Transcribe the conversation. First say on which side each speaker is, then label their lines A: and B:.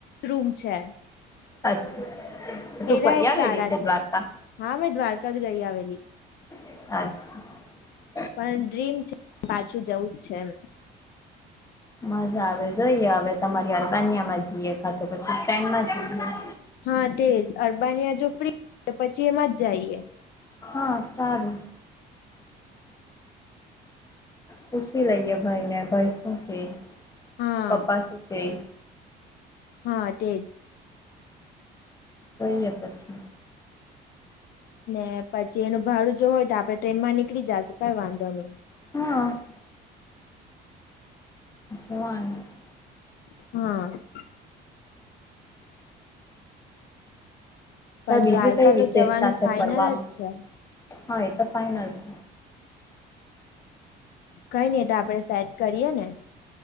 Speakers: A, on the left; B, on the left.
A: રૂમ છે.
B: અચ્છા. તું
A: એના
B: ફરી
A: એ
B: આવેલી
A: સારા છે.
B: દ્વારકા
A: હા મેં દ્વારકા જઈ આવેલી
B: અચ્છા.
A: પણ ડ્રીમ છે પાછું જવું જ છે એમ
B: મજા આવે જોઈએ હવે તમારી અરબનિયામાં જઈએ કા તો પછી ટ્રેનમાં જઈએ
A: હા તેજ અરબાની જો ફ્રી પછી એમ જ જઈએ.
B: હા સારું. પૂછી લઈએ ભાઈને ભાઈ શું કેય,
A: હા
B: પપ્પા શું કેય.
A: હા તે જ
B: જોઈએ પછી
A: ને પછી એનું ભાડું જો હોય તો આપડણે ટ્રેન માં નીકળી જશું કઈ વાંધો નહી
B: <inaudible> <inaudible>
A: <inaudible> પણ
B: બીજી
A: દ્વારકા
B: કઈ વિશેષતા
A: તો જવાનું
B: છે
A: ફાઈનલ
B: ફરવામાં
A: જ છે
B: હા એ તો ફાઈનલ છે.
A: કઈ નઈ એ તો આપડે સેટ કરીએ ને